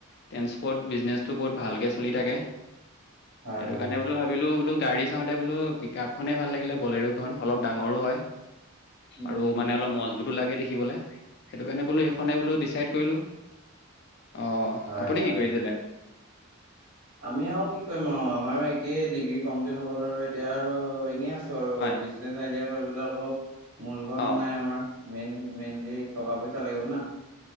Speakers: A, on the left (about 50°); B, on the right (about 85°).
A: ট্ৰেন্সপৰ্ট বিজনেচটো বহুত ভালকে চলি থাকে।
B: হয়
A: সেইটো
B: হয়
A: কাৰণে বোলো ভাবিলো, বোলো গাড়ী চাওঁতে বোলো পিকাপ, খনেই ভাল লাগিলে বলেৰ খন অলপ ডাঙৰো হয়,
B: উম
A: আৰু মানে অলপ মজবুতো লাগে দেখিবলৈ। সেইটো কাৰণে বোলো, এইখনে বোলো ডিচাইড কৰিলো, অ,
B: হয়
A: আপুনি
B: হয়।
A: কি কৰি আছিলে?
B: আমি আৰু কি কৰিম আৰু আমাৰ একেই, ডিগ্ৰী কমপ্লিট হ'ল আৰু এতিয়া আৰু এনেই আছো। আৰু
A: হয়
B: বিজনেচ আইডিয়া কৰিবলৈ আকৌ মূলধন
A: অঁ
B: নাই আমাৰ। মেইন, মেইনলি টকা পইচা লাগিব না।